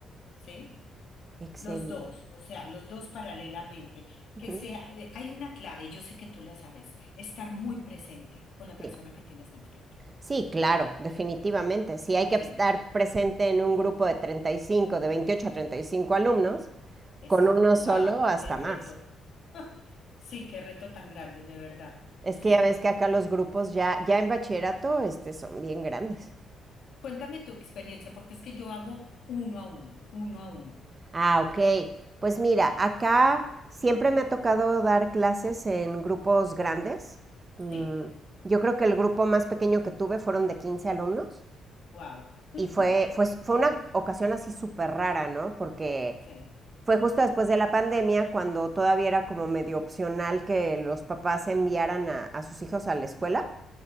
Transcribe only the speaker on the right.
Excel.
ujú,
Sí.
Sí, claro, definitivamente. Si hay que
estar presente en un grupo de 35, de 28 a 35 alumnos,
con uno
solo hasta
más.
Es
que ya ves que acá los grupos ya, ya en bachillerato este, son bien grandes.
Ah, ok. Pues mira, acá siempre me ha tocado dar clases en grupos grandes. Mm,
yo creo que el grupo más pequeño que tuve fueron de 15 alumnos
y fue, fue, fue una ocasión así súper rara, ¿no? Porque
fue justo después de la pandemia cuando todavía era como medio opcional que los papás enviaran a, a sus hijos a la escuela.